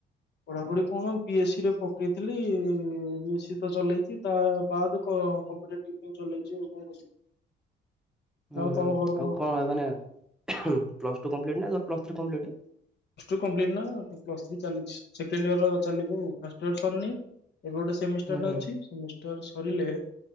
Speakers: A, on the left; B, in the centre.
A: ପଢାପଢି କଣ, ବି ଏସ୍ ସି ରେ ପକେଇଥିଲି ବି ଏ ସି ତ ଚଲେଇଛି ତା ବାଦ କଣ କମ୍ପିଟେଟିଭ ପାଇ ଚଲେଇଛି ଆଉ କଣ କରିବି।
B: <inaudible> ହୁଁ
A: ଆଉ
B: ହୁଁ
A: ତମ ଘର
B: ଆଉ କଣ ମାନେ ପ୍ଲସ ଟୁ କମ୍ପିଟ ନା ପ୍ଲ three complete.
A: Plus two complete ନା ପ୍ଲସ୍ ଥ୍ରୀ ଚାଲି ସେକେଣ୍ଡ ଇୟର ଚାଲିବ ଆଉ ଫାଷ୍ଟ ଇୟର ସରିନି। ଏବେ ଗୋଟେ ସେମିଷ୍ଟାର
B: ହୁଁ
A: ଟା
B: ହୁଁ
A: ଅଛି। ସେମି ସରିଲେ